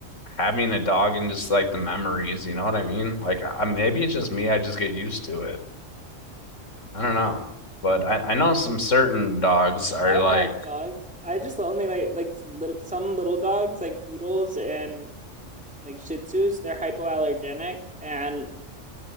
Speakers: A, on the left (about 75°); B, in the centre.
A: having a dog and just like the memories. You know what I mean? Like I, maybe it's just me. I just get used to it. I don't know. But I, I know some certain dogs are
B: I
A: like,
B: had dogs. I just only like like little, some little dogs like poodles and like Shih Tzus, they're hypoallergenic and